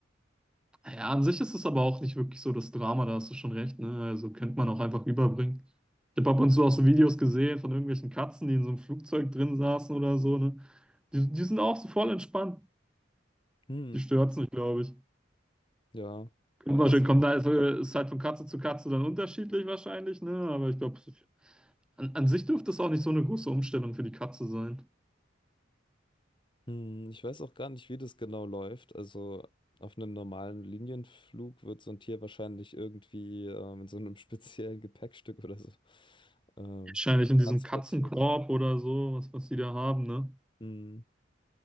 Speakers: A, in the centre; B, on the left (about 25°).
A: Ja, an sich ist es aber auch nicht wirklich so das Drama, da hast du schon recht, ne? Also könnte man auch einfach rüberbringen. Ich habe ab und zu auch so Videos gesehen von irgendwelchen Katzen, die in so einem Flugzeug drin saßen oder so, ne? Die, die sind auch so voll entspannt.
B: Hm,
A: Die stört's nicht, glaube ich.
B: ja.
A: Kommt wahrscheinlich,
B: Also,
A: kommt halt, ist halt von Katze zu Katze dann unterschiedlich wahrscheinlich, ne? Aber ich glaube, an, an sich dürfte es auch nicht so eine große Umstellung für die Katze sein.
B: hm, ich weiß auch gar nicht, wie das genau läuft. Also, auf einem normalen Linienflug wird so ein Tier wahrscheinlich irgendwie ähm, in so einem <laughs> speziellen Gepäckstück oder so ähm,
A: Wahrscheinlich in diesem
B: transportiert.
A: Katzenkorb oder so, was, was die da haben, ne?
B: Hm.